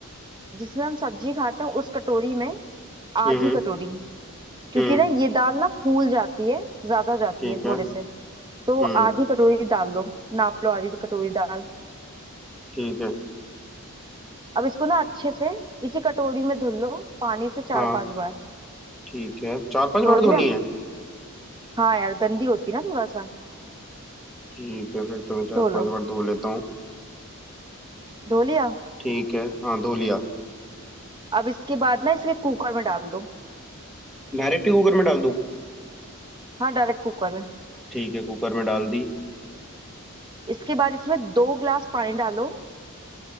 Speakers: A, on the right; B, in the centre.
A: जिसमें हम सब्जी खाते हैं उस कटोरी में आधी
B: हम्म
A: कटोरी क्योंकि
B: हम्म
A: ना ये दाल ना फूल जाती है ज्यादा हो जाती
B: ठीक
A: है
B: है
A: थोड़े से तो
B: हम्म
A: आधी कटोरी डाल लो नाप लो आधी कटोरी दाल
B: ठीक है
A: अब इसको ना अच्छे से इसी कटोरी में धुल लो पानी से चार
B: हाँ
A: पांच बार
B: ठीक है चार पांच
A: धो
B: बार
A: लिया
B: धोनी है
A: हाँ यार गंदी होती ना थोड़ा सा
B: ठीक है फिर तो मैं चार
A: धो
B: पांच
A: लो
B: बार धो लेता हूँ
A: धो लिया
B: ठीक है हाँ धो लिया
A: अब इसके बाद ना इसके कुकर में डाल दो
B: डायरेक्ट ही कुकर में डाल दूँ
A: हाँ डायरेक्ट कुकर में
B: ठीक है कुकर में डाल दी
A: इसके बाद इसमें दो ग्लास पानी डालो